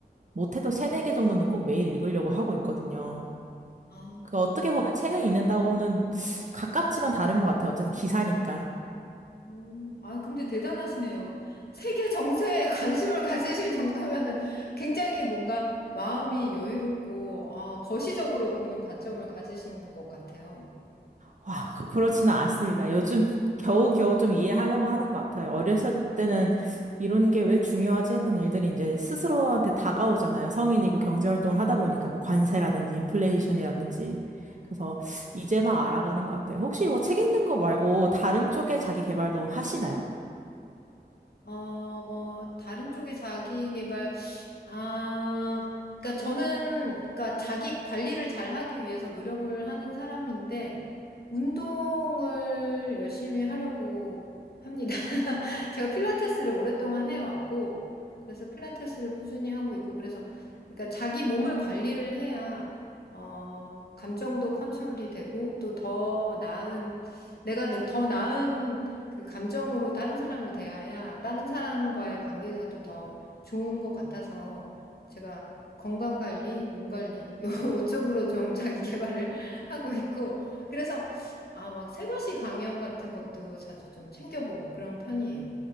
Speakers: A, on the right; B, on the left.
A: 못해도 세네 개 정도는 꼭 매일 읽으려고 하고 있거든요.
B: 아,
A: 그 어떻게 보면 책을 읽는다고는 가깝지만 다른 것 같아요. 어쨌든 기사니까.
B: 음. 아, 근데 대단하시네요. 세계 정세에 <laughs> 관심을 가지실 정도면은 굉장히 뭔가 마음이 여유롭고, 아, 거시적으로 보는 관점을 가지신 것 같아요.
A: 와, 그- 그렇지는 않습니다. 요즘 겨우겨우 좀 이해하려고 하는 것 같아요. 어렸을 때는 이런 게 왜 중요하지 했던 일들이 이제 스스로한테 다가오잖아요. 성인이고 경제활동을 하다 보니까 뭐 관세라든지 인플레이션이라든지. 그래서 이제 막 알아가는 것 같아요. 혹시 뭐 책 읽는 거 말고 다른 쪽에 자기 개발도 하시나요?
B: 어, 다른 쪽의 자기 개발, 아, 그러니까 저는, 그러니까 자기 관리를 잘 하기 위해서 노력을 하는 사람인데, 운동을 열심히 하려고 합니다. <laughs> 제가 필라테스를 오랫동안 해왔고, 그래서 필라테스를 꾸준히 하고 있고, 그래서, 그러니까 자기 몸을 관리를 해야, 어, 감정도 컨트롤이 되고, 또 더 나은, 내가 너- 더 나은 그 감정으로 다른 사람을 대해야 다른 사람과의 관계에서도 더 좋은 것 같아서, 제가 건강 관리, 몸 관리, <laughs> 요 쪽으로 좀 자기 개발을 <laughs> 하고 있고, 그래서 아, 막 새벽시 강연 같은 것도 자주 좀 챙겨보고 그런 편이에요.